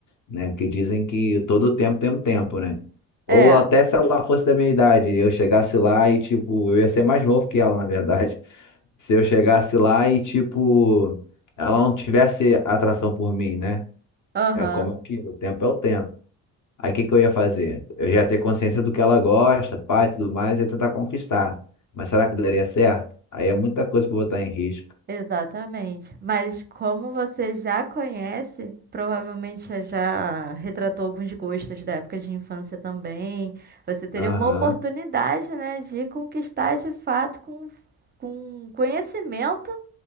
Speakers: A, on the left; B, on the right.
A: né? Que dizem que todo tempo tem um tempo, né? Ou
B: É.
A: até se ela fosse da minha idade, eu chegasse lá e, tipo, eu ia ser mais novo que ela, na verdade. <laughs> Se eu chegasse lá e, tipo, ela não tivesse atração por mim, né?
B: Aham.
A: É como aquilo, o tempo é o tempo. Aí o que que eu ia fazer? Eu já ia ter consciência do que ela gosta, pai, tudo mais, e ia tentar conquistar. Mas será que daria certo? Aí é muita coisa pra botar em risco.
B: Exatamente. Mas como você já conhece, provavelmente já já retratou alguns gostos da época de infância também. Você teria
A: Aham.
B: uma oportunidade, né, de conquistar de fato com, com conhecimento